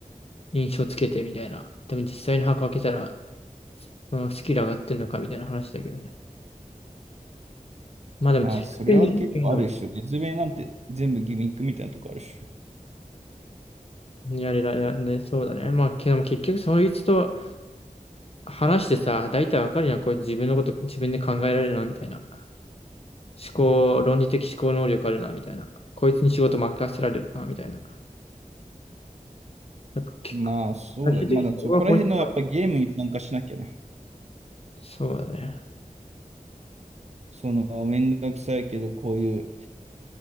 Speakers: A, on the left; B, on the right.
A: 印象つけてみたいな。でも実際の箱開けたら、うん、スキル上がってんのかみたいな話だけどね。まあでも、
B: まあ、
A: ツイッターにっていうの
B: それは結構あるっしょ。説明なんて全部ギミックみたいなとこあるっしょ。
A: やれらやね、そうだね。まあ、けども結局そいつと話してさ、大体わかるやん。これ自分のこと自分で考えられるな、みたいな。思考、論理的思考能力あるな、みたいな。こいつに仕事任せられるな、みたいな。なんか結構、
B: まあ、そうだね。
A: 最終的にそこが本質だもん
B: まだそこら辺のやっぱゲームに参加しなきゃね。
A: そうだね。
B: その、めんどくさいけど、こういう、